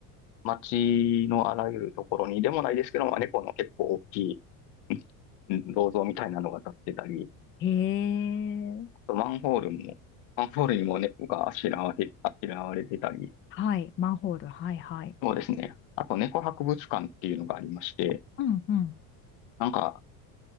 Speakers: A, on the left; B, on the left.
A: 町のあらゆるところにでもないですけど、まあ、猫の結構大きい、うん銅像みたいなのが立ってたり、
B: へえ。
A: あとマンホールも、マンホールにも猫があしらわれ、あしらわれてたり、
B: はい。マンホール。はい、はい。
A: そうですね。あと、猫博物館っていうのがありまして、
B: うん、うん。
A: なんか、